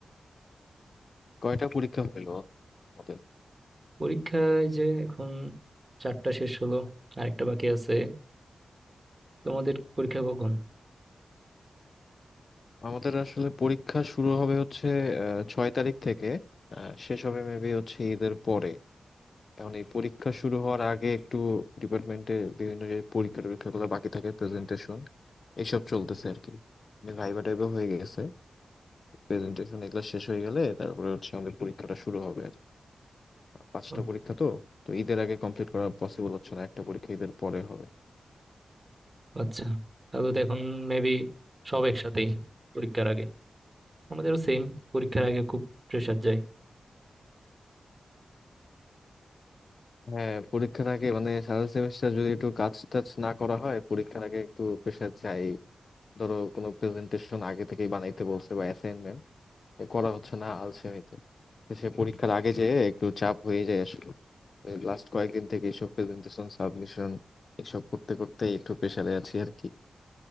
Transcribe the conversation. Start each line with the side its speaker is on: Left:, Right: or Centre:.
Left: কয়টা পরীক্ষা হলো আমাদের
Right: পরীক্ষায় যে এখন চারটা শেষ হলো আরেকটা বাকি আছে তোমাদের পরীক্ষা কখন
Left: আমাদের আসলে পরীক্ষা শুরু হবে হচ্ছে আহ, ছয় তারিখ থেকে আহ, শেষ হবে মেবি হচ্ছে ঈদের পরে এখন এই পরীক্ষা শুরু হওয়ার আগে একটু ডিপার্টমেন্টে বিভিন্ন যে পরীক্ষা টরীক্ষাগুলো বাকি থাকে প্রেজেন্টেশন এইসব চলতেছে আর কি মানে ভাইবা টাইবা হয়ে গেছে প্রেজেন্টেশন এগুলো শেষ হয়ে গেলে তারপরে হচ্ছে আমাদের পরীক্ষাটা শুরু হবে পাঁচটা
Right: ও,
Left: পরীক্ষা তো তো ঈদের আগে কমপ্লিট করা পসিবল হচ্ছে না একটা পরীক্ষা ঈদের পরে হবে
Right: আচ্ছা তাহলে তো এখন মেবি সব একসাথেই পরীক্ষার আগে আমাদেরও সেম পরীক্ষার আগে খুব প্রেশার যায়
Left: হ্যাঁ পরীক্ষার আগে মানে সারা সেমিস্টার যদি একটু কাজ টাজ না করা হয় পরীক্ষার আগে একটু প্রেশার যায় ধরো কোনো প্রেজেন্টেশন আগে থেকেই বানাইতে বলছে বা অ্যাসাইনমেন্ট করা হচ্ছে না আলসেমিতে তো সে পরীক্ষার আগে যে একটু চাপ হয়ে যায় আসলে লাস্ট কয়েকদিন থেকে এইসব প্রেজেন্টেশন সাবমিশন এসব করতে করতে একটু প্রেশারে আছি আর কি